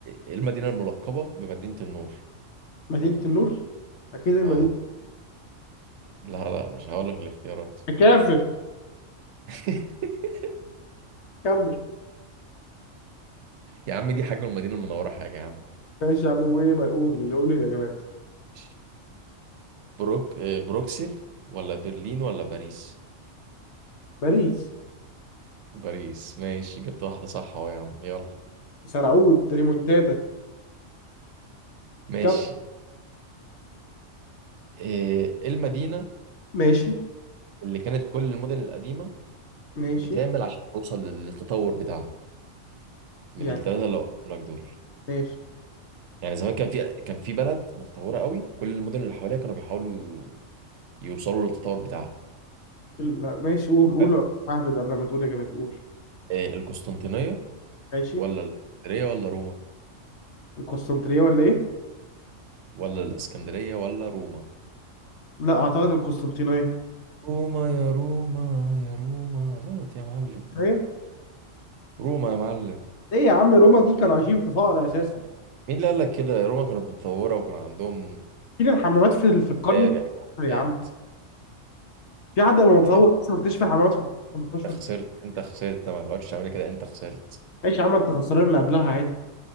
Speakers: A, on the right; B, on the left.
A: ايه المدينة الملقبة بمدينة النور
B: مدينه النور اكيد المدينه
A: اه لا لا مش هقول لك الاختيارات
B: كافر
A: <laughs>
B: كمل
A: يا عم دي حاجة والمدينة المنورة حاجة يا عم
B: ماشي يا عم وايه ما اقول اللي قول الاجابات
A: ماشي. بروك آه، بروكسل ولا برلين ولا باريس
B: باريس
A: باريس ماشي جبت واحدة صح اهو يا عم يلا
B: سنعود ريمونتادا
A: ماشي
B: كم
A: آه، ايه المدينة
B: ماشي
A: اللي كانت كل المدن القديمة
B: ماشي
A: بتعمل عشان توصل للتطور بتاعها من
B: يعني
A: الثلاثة اللي قلتهم لك دول
B: ماشي
A: يعني زمان كان في كان في بلد متطوره قوي كل المدن اللي حواليها كانوا بيحاولوا يوصلوا للتطور بتاعها
B: لا ماشي قول قول
A: حلو
B: اهبد قبل ما تقول اجابتي قول
A: إيه، القسطنطينيه
B: ماشي
A: ولا الاسكندريه ولا روما
B: القسطنطينيه ولا ايه؟
A: ولا الاسكندريه ولا روما
B: لا اعتقد القسطنطينيه
A: روما يا روما يا روما غلط يا معلم
B: ايه
A: روما يا معلم
B: ايه يا عم روما دي كانوا عايشين في فقر اساسا
A: مين اللي قال لك كده روما كانت متطوره وكان عندهم
B: فين الحمامات في في القرن
A: مذابح
B: التاسع
A: وحاجات
B: يا عم في حد لما متصور
A: انت
B: لسه مكتشف الحمامات في القرن 18
A: خسرت انت خسرت ما تقعدش تعمل كده انت خسرت
B: ماشي يا عم انت خسران اللي قبلها عادي